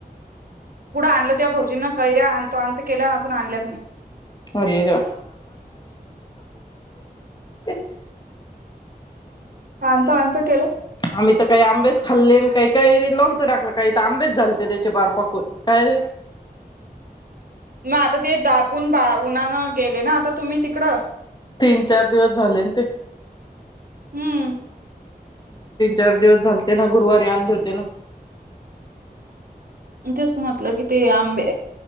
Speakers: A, on the right; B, on the left.
A: कुढं आणलं त्या भौजींना कैऱ्या आणतो आणतो केला अजून आणल्याच नाही.
B: अरे देवा <unintelligible>
A: आणतो आणतो केलं
B: आम्ही तर काही आंबेच खाल्ले आणि काही कैरी लोणचं टाकलं काही तर आंबेच झालते त्याच्या पार पकून काय
A: <inaudible> मग आता ते दाखवून बा उन्हानं गेले ना आता तुम्ही तिकडं
B: तीन चार दिवस झाले न ते.
A: हम्म
B: चार दिवस झालते ना गुरुवारी आणले होते ना.
A: तसं म्हटलं की ते आंबे